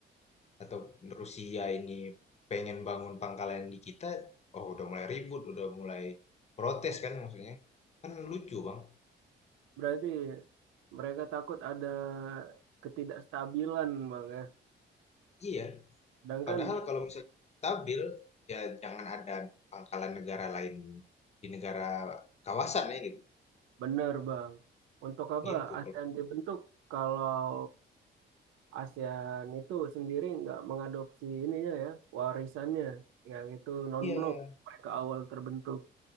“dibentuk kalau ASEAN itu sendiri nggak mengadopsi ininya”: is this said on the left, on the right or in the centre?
Right